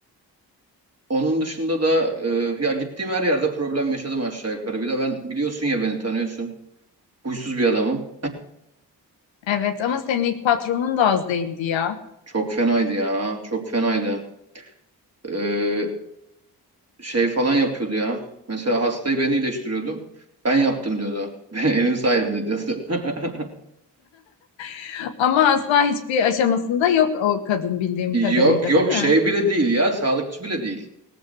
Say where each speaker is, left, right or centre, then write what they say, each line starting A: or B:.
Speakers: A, on the right; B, on the left.
A: Onun dışında da e, ya gittiğim her yerde problem yaşadım aşağı yukarı. Bir de ben biliyorsun ya beni tanıyorsun. Huysuz bir adamım.
B: Evet ama senin ilk patronun da az değildi ya.
A: Çok fenaydı ya, çok fenaydı. Ee, şey falan yapıyordu ya. Mesela hastayı ben iyileştiriyordum. Ben yaptım diyordu. <laughs> Benim sayemde diyordu. <laughs>
B: <laughs> Ama asla hiçbir aşamasında yok o kadın bildiğim kadarıyla,
A: Yok yok
B: değil mi?
A: şey bile değil ya, sağlıkçı bile değil.